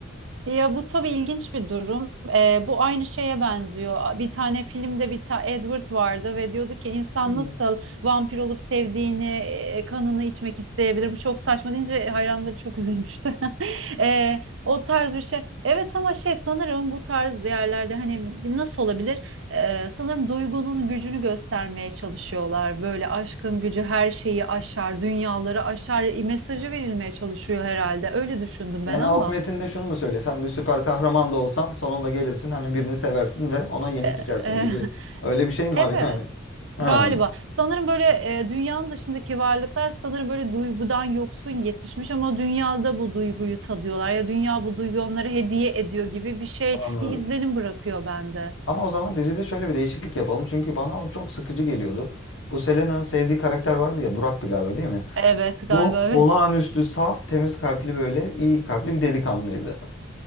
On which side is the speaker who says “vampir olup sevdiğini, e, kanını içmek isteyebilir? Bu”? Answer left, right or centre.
Right